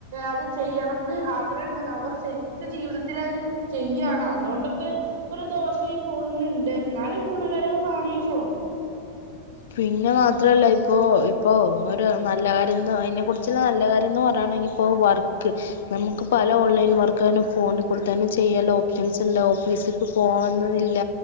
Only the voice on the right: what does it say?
അത് ചെയ്യണം ന്ന് ആഗ്രഹം ഉണ്ട്ന്ന് അവർ ശരിക്ക് ജീവിതത്തിൽ അത് ചെയ്യാണ്. അതുകൊണ്ടക്കെ ഒരു ദോഷ ഈ ഫോണിനുണ്ട്. എന്നാല് ഗുണകരവുമാണ് ഈ ഫോണ്.